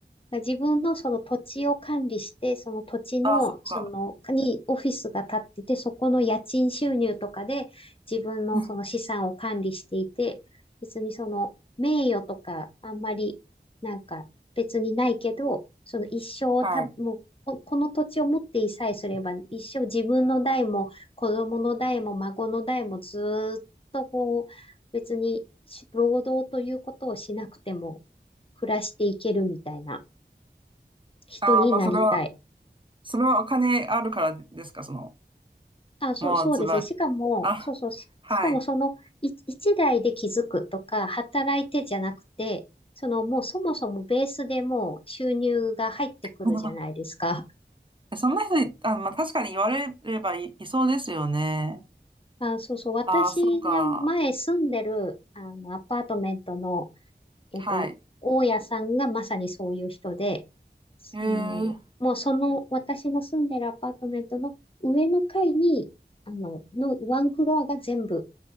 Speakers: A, on the left; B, on the right.
A: だ自分のその土地を管理して、その土地の、
B: あ、ああ、そっか。
A: その、にオフィスが建ってて、そこの家賃収入とかで自分のその資産を管理していて、
B: <laughs>
A: 別にその名誉とかあんまりなんか別にないけど、その一生をた、
B: はい。
A: もうここの土地を持っていさえすれば、一生自分の代も子供の代も孫の代もずーっとこう、別に労働ということをしなくても暮らしていけるみたいな。人になりたい。
B: ああ、まあ、それは、それはお金あるからですか、その、
A: あ、そう、
B: もうズバリ。
A: そうですね。しかも、
B: あ、
A: そうそう、し、
B: はい。
A: しかもそのい一台で気づくとか、働いてじゃなくて、そのもうそもそもベースでもう収入が入ってくるじゃないですか。
B: <laughs> そんな人い、あ、まあ、確かに言われればい、いそうですよね。
A: あ、そうそう、私が前住んでる、
B: ああ、そうか。
A: あの、アパートメントの、えっと、
B: はい。
A: 大家さんがまさにそういう人で、その、
B: えー、
A: もうその、私の住んでるアパートメントの上の階に、あの、のワンフロアが全部